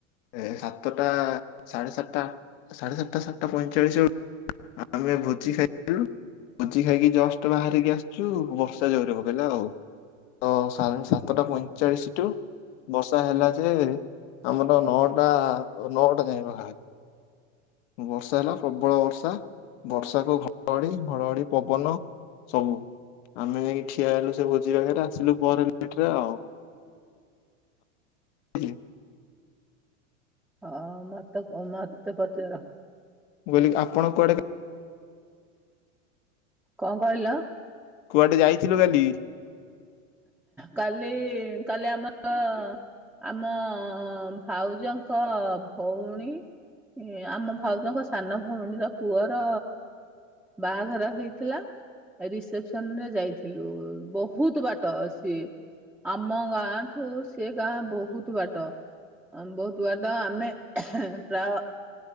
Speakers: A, on the left; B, in the centre.
A: ଏ ସାତଟା ସାଢେ ସାତଟା ସାଢେ ସାତଟା ସାତଟା ପଇଁଚାଳିଶ ବେଳକୁ ଆମେ ଭୋଜି ଖାଇଥିଲୁ ଭୋଜି ଖାଇକି ଜଷ୍ଟ ବାହାରିକି ଆସିଛୁ ବର୍ଷା ଜୋରେ ପକେଇଲା ଆଉ ତ ସାଢେ ସାତଟା ପଇଁଚାଳିଶ ଟୁ ବର୍ଷା ହେଲା ଯେ ଆମର ନଅଟା ନଅଟା ଯାଏ ପାଖା ବର୍ଷା ହେଲା ପ୍ରବଳ ବର୍ଷା ବର୍ଷା ତାକୁ ଘଡ ଘଡି ଘଡଘଡି ପବନ ସବୁ ଆମେ ଯାଇକି ଠିଆ ହେଲୁ ସେ ଭୋଜି ପାଖରେ ଆସିଲୁ ପରେ ଲେଟରେ ଆଉ ହ <unintelligible>
B: ହଁ ମତେ କ ମତେ ପଚାର
A: ବଲି କହିଲି ଆପଣ କୁଆଡେ
B: କଣ କହିଲ
A: କୁଆଡେ ଯାଇଥିଲୁ କାଲି
B: କାଲି କାଲି ଆମର ଆମ ଭାଉଜଙ୍କ ଭଉଣୀ ଏ ଆମ ଭାଉଜଙ୍କ ସାନ ଭଉଣୀର ପୁଅର ବାହାଘର ହେଇଥିଲା ରିସେପସନରେ ଯାଇଥିଲୁ ବହୁତ ବାଟ ବାଟ ସିଏ ଆମ ଗାଁ ଠୁ ସେ ଗାଁ ବହୁତ ବାଟ ବହୁତ ବାଟ ଆମେ ପ୍ରାୟ